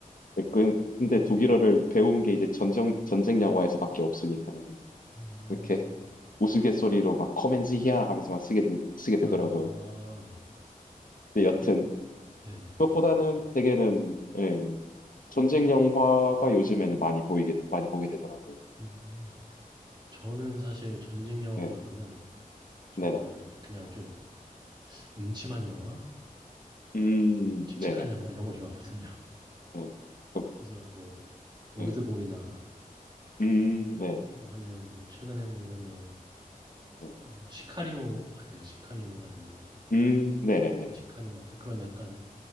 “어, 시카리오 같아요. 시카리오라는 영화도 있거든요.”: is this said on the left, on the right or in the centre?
Right